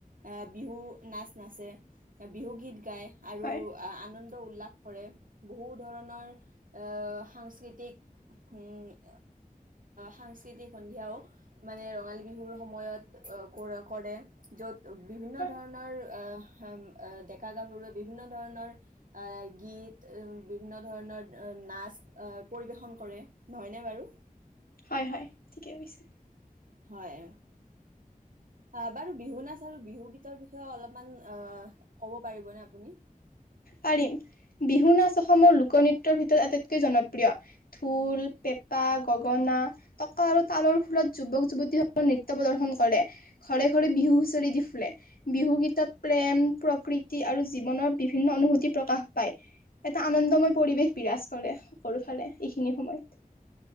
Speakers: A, on the right; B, on the left.
A: আহ বিহু নাচ নাচে বিহু গীত গায়, আৰু
B: হয়
A: আনন্দ উল্লাস কৰে বহু ধৰণৰ আ সাংস্কৃতিক হম সাংস্কৃতিক সন্ধিয়াও মানে ৰঙালী বিহুৰ সময়ত কৰে য'ত বিভিন্ন
B: হয়
A: ধৰণৰ অহ ডেকা গাভৰুৱে বিভিন্ন ধৰণৰ আহ গীত উ বিভিন্ন ধৰণৰ নাচ আহ পৰিবেশন কৰে নহয়নে? বাৰু
B: হয় হয় ঠিকে কৈছে
A: হয় অ বাৰু বিহু নাচ আৰু বিহু গীতৰ বিষয়ে অলপমান আহ ক'ব পাৰিবনে আপুনি?
B: পাৰিম -বিহু নাচ অসমৰ লোকনৃত্যৰ ভিতৰত আটাইতকৈ জনপ্ৰিয়। ধোল, পেঁপা, গ গগনা, টকা আৰু তালৰ ফুলত যুৱক যুৱতী স নৃত্য প্ৰদৰ্শন কৰে ঘৰে ঘৰে বিহু হুঁচৰি দি ফুৰে বিহু গীতত প্ৰেম প্ৰকৃতি আৰু জীৱনৰ বি বিভিন্ন অনুভূতি প্ৰকাশ পায় এটা আনন্দময় পৰিৱেশ বিৰাজ কৰে সকলো ফালে, এইখিনি সময়ত।